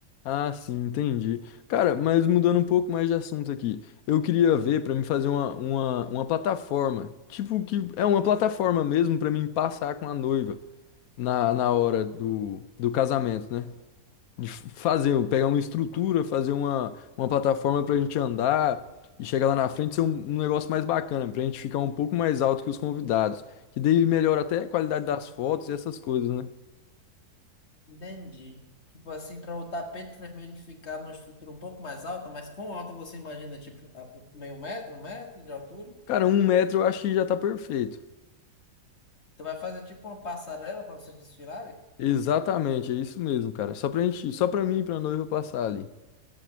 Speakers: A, on the left; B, on the left.
A: Ah, sim, entendi. Cara, mas mudando um pouco mais de assunto aqui, eu queria ver pra mim fazer uma, uma, uma plataforma, tipo que é uma plataforma mesmo pra mim passar com a noiva na, na hora do, do casamento, né? De f- fazer, pegar uma estrutura, fazer uma, uma plataforma pra gente andar e chegar lá na frente ser um, um negócio mais bacana, pra gente ficar um pouco mais alto que os convidados, que daí melhora até a qualidade
B: Hum,
A: das fotos e essas coisas, né?
B: Entendi. Tipo assim, para o tapete vermelho ficar numa estrutura um pouco mais alta, mas quão alta você imagina? Tipo, a- meio metro, um metro de altura?
A: Cara, um metro eu acho que já tá perfeito.
B: Você vai fazer tipo uma passarela para vocês desfilarem?
A: Exatamente, é isso mesmo, cara. Só pra gente, só pra mim e pra noiva passar ali.